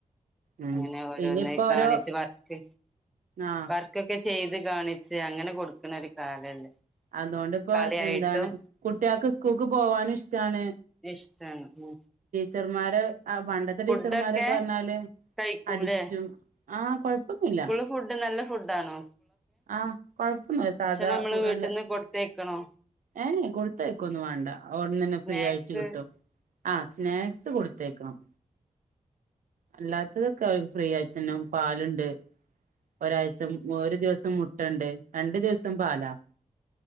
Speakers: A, on the right (about 85°); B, in the centre.
A: ഉം
B: അങ്ങനെ ഓരോന്ന്
A: പിന്നെ ഇപ്പോ
B: കാണിച്ച്
A: ഓരോ
B: വർക്ക്
A: ആഹ്
B: വർക്ക് ചെയ്ത് കാണിച്ച് അങ്ങനെ കൊടുക്കണ ഒരു കാലല്ലേ
A: അതോണ്ടിപ്പോ
B: കളിയായിട്ടും
A: എന്താണ് കുട്ട്യേക്ക് സ് കൂക്ക് പോവാനി ഷ് റ്റാണ്
B: ഇഷ്ടാണ് ഉം
A: ചെറുമാരെ ആ പണ്ടത്തെ
B: ഫുഡൊക്കെ
A: ടീച്ചർമാരൊക്കെ പറഞ്ഞാല്
B: കഴിക്കൂലേ
A: അടിച്ചും ആഹ് കൊഴപ്പൊന്നുമില്ല
B: സ്കൂളില് ഫുഡ് ആണോ
A: ആഹ് കൊഴപ്പൊന്ന സാധാ
B: നമ്മള്
A: നല്ല
B: വീട്ടിൽന്ന് കൊടുത്തയക്കണോ
A: ഏ എ കൊടുത്തയക്കൊന്നും വാണ്ട ഔട് ന്നന്നെ
B: സ്നാക്സ്
A: ഫ്രീ ആയിട്ട് കിട്ടും ആ സ്നാക്സ് കൊടുത്തയക്കണം അല്ലാത്തതൊക്കെ <unintelligible> ഫ്രീ ആയി <unintelligible> പിന്നെ പാലുണ്ട് ഒരാഴ്ച ഒരു ദിവസം മുട്ടണ്ട് രണ്ടു ദിവസം പാലാ